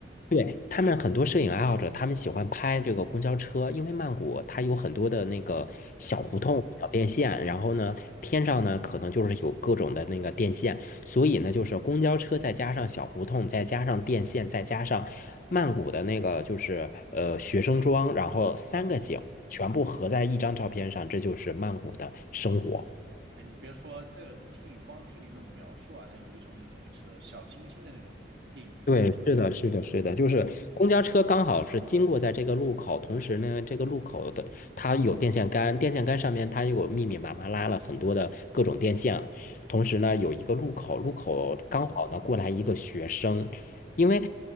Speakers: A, on the left; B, on the right.
A: 对他们很多摄影爱好者，他们喜欢拍这个公交车，因为曼谷它有很多的那个小胡同、
B: <clears throat>
A: 小电线，然后呢，天上呢可能就是有各种的那个电线，所以呢，就是公交车再加上小胡同，再加上电线，再加上曼谷的那个就是呃学生装，然后三个景全部合在一张照片上，
B: 嗯嗯，
A: 这就是曼谷的生活。
B: 哎，你别说这个，听你光听你这种描述啊，它有一种那种就是小清新的那种风电影风格。
A: 对，是的，是的，是的，就是公交车刚好是经过在这个路口，同时呢，这个路口的它有电线杆，电线杆上面它有密密麻麻拉了很多的各种电线，同时呢，有一个路口，路口刚好呢过来一个学生，因为